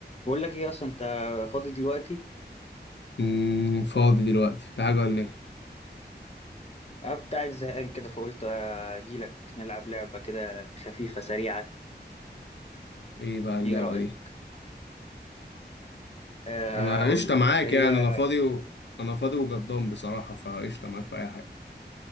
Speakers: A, on the left (about 35°); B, on the left (about 80°).
A: بقول لك ايه اصلا انت فاضي دلوقتي
B: مم، فاضي دلوقتي في حاجة ولا ايه؟
A: انا كنت قاعد زهقان كده فقلت اجي لك نلعب لعبه كده خفيفه سريعه
B: ايه بقى اللعبة
A: ايه رايك
B: دي؟
A: آه،
B: انا
A: اقول
B: قشطة
A: لك
B: معاك
A: هي
B: يعني انا فاضي و... انا فاضي وجدان بصراحة فقشطة معاك في اي حاجة